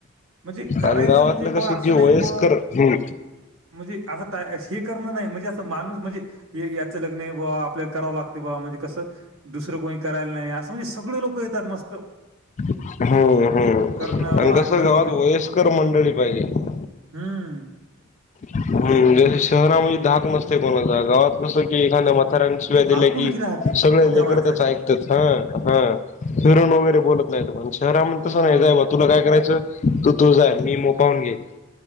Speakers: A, on the right; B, on the left.
A: म्हणजे, करायचं
B: आणि गावातलं
A: म्हणजे ब
B: कसं
A: असं
B: जे
A: नाही
B: वयस्कर
A: ब
B: हम्म
A: म्हणजे असं टा हे करणं नाही. म्हणजे असं माणूस म्हणजे याच लग्न हे बा. आपल्याला करावं लागते बा. म्हणजे कसं, दुसरं कोणी करायला नाही, अस. म्हणजे सगळे लोकं येतात. मस्त.
B: हम, ह्म्म.
A: करणं,
B: आणि
A: वाढणं
B: कसं, गावात वयस्कर मंडळी पाहिजे.
A: हम्म.
B: हम्म. जसं शहरामध्ये धाक नसतय कोणाचा. गावात कसं की, एखाद्या म्हाताऱ्यान शिव्या दिला
A: आपुलकी
B: की
A: राहते
B: सगळे
A: मोठ्या
B: लेकर
A: माणसाची.
B: त्याच ऐकतात हा हा. फिरून वगैरे बोलत नाही पण शहरामध्ये
A: हां.
B: तसं नाही जाय म तुला काय करायचं तू तू जा मी माझं पाहून घेईल.